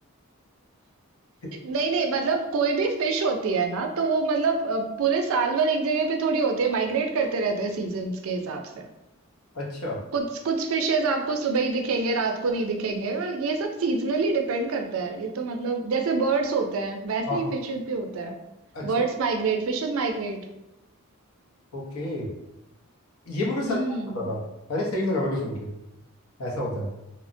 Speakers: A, on the left; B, on the right.
A: <laughs>
B: नहीं नहीं मतलब कोई भी फिश होती है ना तो वो मतलब अ, पूरे साल भर एक जगह पे थोड़ी होती है माइग्रेट करते रहते हैं सीजन्स के हिसाब से
A: अच्छा
B: कुछ कुछ फिशेज आपको सुबह ही दिखेंगे रात को नहीं दिखेंगे ये सब सीजनली डिपेंड करता है ये तो मतलब जैसे बर्ड्स होते हैं वैसे
A: हाँ
B: ही
A: हाँ
B: फिशेज भी होता है
A: अच्छा
B: Birds migrate fishes migrate
A: ओके ये मेरे को
B: हम्म
A: सच में पता था अरे सही लगा मेरे को सुन के ऐसा होता है